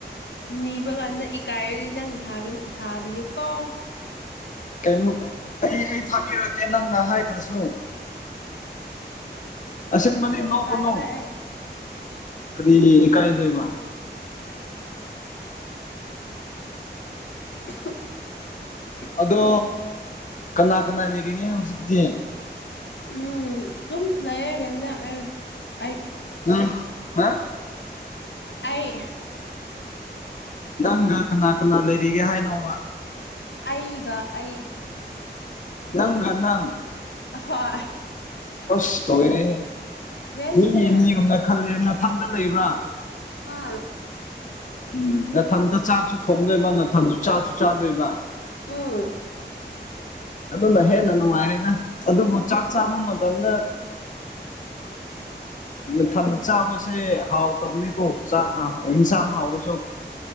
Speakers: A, on the left; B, on the left.
A: ꯅꯤꯕ ꯀꯥꯟꯗ ꯏꯀꯥꯏꯔꯗꯤ ꯅꯪ ꯊꯒ ꯊꯥꯕꯤꯌꯨꯀꯣ
B: ꯀ ꯑꯩ ꯍ ꯊꯥꯕꯤꯔꯛꯒꯦ ꯅꯪꯅ ꯍꯥꯏꯗ꯭ꯔꯁꯨ ꯑꯁꯦꯡ ꯃꯅꯤ
A: ꯑꯃꯨꯛ
B: ꯅꯣ
A: ꯏꯀꯥꯏꯈ꯭ꯔꯦ
B: ꯀꯣꯅꯣ
A: ꯑꯩ
B: ꯀꯔꯤ ꯏꯀꯥꯏꯗꯏꯕ
A: <inaudible>
B: ꯑꯗꯣ ꯀꯅꯥ ꯀꯅꯥ ꯂꯩꯔꯤꯒꯦ ꯍꯧꯖꯤꯛꯇꯤ
A: ꯎꯝ ꯑꯗꯨꯨꯝ ꯂꯩꯔꯔꯦꯟꯗ ꯑꯩ
B: ꯑꯝ ꯍꯥ
A: ꯑꯩ
B: ꯅꯪꯒ ꯀꯅꯥ ꯀꯅꯥ ꯂꯩꯔꯤꯒꯦ ꯍꯥꯏꯅꯣꯕ
A: ꯑꯩꯒ ꯑꯩ
B: ꯅꯪ ꯅꯪ
A: ꯍꯣꯏ
B: ꯑꯁ ꯇꯧꯔꯦ
A: ꯔꯦꯟꯗꯅꯦ
B: ꯃꯤꯅꯤ ꯑꯃꯣꯅ ꯈꯜꯂꯦ ꯅꯊꯟꯗ ꯂꯩꯕ꯭ꯔꯥ
A: ꯍꯥꯥ
B: ꯎꯝ ꯉꯊꯟꯇ ꯆꯥꯛꯁꯨ ꯊꯣꯡꯗꯣꯏꯃ ꯉꯊꯟꯁꯨ ꯆꯥꯁꯨ ꯆꯥꯗꯣꯏꯃ
A: ꯎꯝ
B: ꯑꯗꯨꯅ ꯍꯦꯟꯅ ꯅꯨꯡꯉꯥꯏꯔꯦꯗ ꯑꯗꯨꯕꯨ ꯆꯥꯛ ꯆꯥꯕ ꯃꯇꯝꯗ ꯃꯊꯟ ꯆꯥꯕꯁꯦ ꯍꯥꯎꯇꯕꯅꯤꯀꯣ ꯆꯥꯛ ꯑ ꯏ ꯁꯔꯥꯎꯔꯨꯁꯨꯣ